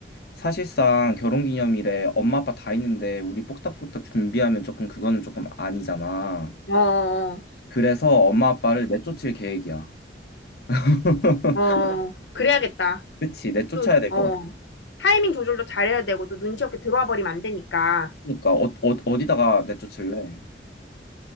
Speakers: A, on the left; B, on the left.
A: 사실상 결혼기념일에 엄마 아빠 다 있는데 우리 뽁닥뽁닥 준비하면 조금 그거는 조금 아니잖아.
B: 어,
A: 그래서 엄마 아빠를 내쫓을 계획이야. <laughs>
B: 어, 어. 그래야겠다.
A: 그치, 내쫓아야
B: 또,
A: 될
B: 어.
A: 것 같아.
B: 타이밍 조절도 잘해야 되고 또 눈치 없게 들어와 버리면 안 되니까
A: 그러니까 어, 어, 어디다가 내쫓을래?